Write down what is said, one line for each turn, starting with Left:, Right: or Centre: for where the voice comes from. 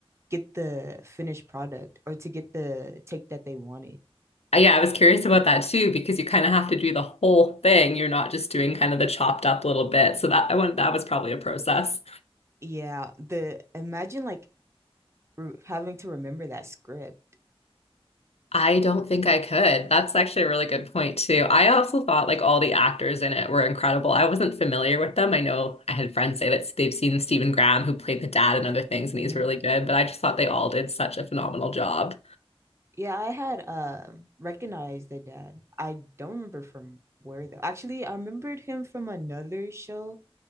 Right: get the finished product or to get the take that they wanted.
Left: Uh, Yeah, I was curious about that too because you kind of have to do the whole thing. You're not just doing kind of the chopped up little bit. So that I want that was probably a process.
Right: Yeah, the imagine like re having to remember that script.
Left: I don't think I could. That's actually a really good point too. I also thought like all the actors in it were incredible. I wasn't familiar with them. I know I had friends say that they've seen Stephen Graham who played the dad and other things and
Right: hmm
Left: he's really good, but I just thought they all did such a phenomenal job.
Right: Yeah, I had uh, recognized the dad. I don't remember from where though. Actually, I remembered him from another show.